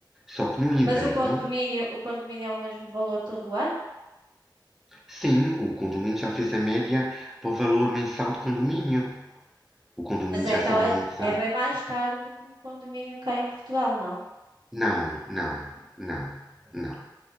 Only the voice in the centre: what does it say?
Só que no
inverno,
sim, o condomínio já fez a média para o valor mensal de condomínio. O condomínio
já
sabe
há muitos
anos.
Não, não, não, não.